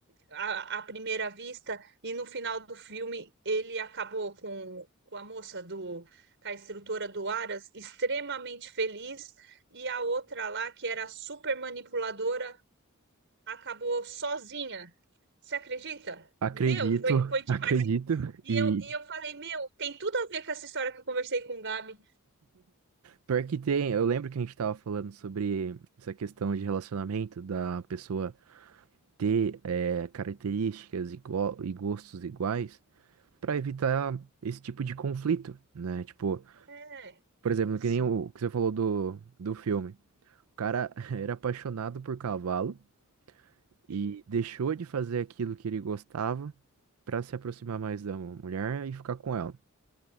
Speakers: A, on the right (about 60°); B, on the right (about 80°).
A: à, à primeira vista, e no final do filme ele acabou com, com a moça do com a instrutora do Aras extremamente feliz, e a outra lá que era super manipuladora acabou sozinha. Você acredita?
B: Acredito,
A: Meu, foi, foi
B: <laughs>
A: demais.
B: acredito.
A: E
B: E
A: eu, e eu falei, meu, tem tudo a ver com essa história que eu conversei com o Gabi.
B: pior que tem, eu lembro que a gente tava falando sobre essa questão de relacionamento, da pessoa ter eh, características igual, e gostos iguais, pra evitar esse tipo de conflito, né? Tipo,
A: É, isso.
B: por exemplo, que nem o que você falou do, do filme. O cara <laughs> era apaixonado por cavalo e
A: Sim.
B: deixou de fazer aquilo que ele gostava pra se aproximar mais da mulher e ficar com ela.